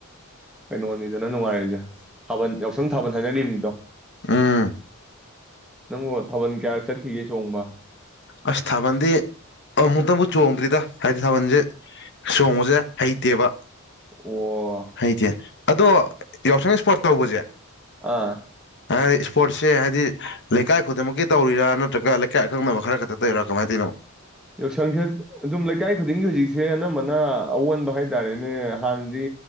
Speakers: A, in the centre; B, on the left.
A: ꯀꯩꯅꯣꯅꯤꯗ <unintelligible> ꯅꯨꯡꯉꯥꯏꯔꯒꯦ ꯊꯥꯕꯜ ꯌꯥꯎꯁꯪ ꯊꯥꯕꯜ ꯍꯥꯏꯅꯔꯤꯅꯤꯗꯣ
B: ꯎꯝ
A: ꯅꯪꯕꯨ ꯊꯥꯕꯜ ꯀꯌꯥꯔꯛ ꯆꯠꯈꯤꯒꯦ ꯆꯣꯡꯕ
B: ꯑꯁ ꯊꯥꯕꯟꯗꯤ ꯑꯃꯨꯛꯇꯪꯕꯨ ꯆꯣꯡꯗ꯭ꯔꯤꯗ ꯍꯥꯏꯗꯤ ꯊꯥꯕꯜꯁꯦ ꯆꯣꯡꯕꯁꯦ ꯍꯩꯇꯦꯕ
A: ꯑꯣ
B: ꯍꯩꯇꯦ ꯑꯗꯣ ꯌꯥꯎꯁꯪ ꯏꯁꯄꯣꯔꯠ ꯇꯧꯕꯁꯦ
A: ꯑꯥ
B: ꯍꯥꯏꯗꯤ ꯏꯁꯄꯣꯔꯠꯁꯦ ꯍꯥꯏꯗꯤ ꯂꯩꯀꯥꯏ ꯈꯨꯗꯤꯡꯃꯛꯀꯤ ꯇꯧꯔꯤꯔꯥ ꯅꯠꯇ꯭ꯔꯒ ꯂꯩꯀꯥꯏ ꯑꯀꯛꯅꯕ ꯈꯔ ꯈꯛꯇ ꯑꯗꯨꯔ ꯀꯃꯥꯏꯇꯅꯣ
A: ꯌꯥꯎꯁꯪꯁꯦ ꯑꯗꯨꯝ ꯂꯩꯀꯥꯏ ꯈꯨꯗꯤꯡꯒꯤ ꯍꯧꯖꯤꯛꯁꯦ ꯑꯅꯝꯕꯅ ꯑꯑꯣꯟꯕ ꯍꯥꯏ ꯇꯔꯦꯅꯦ ꯍꯥꯟꯅꯗꯤ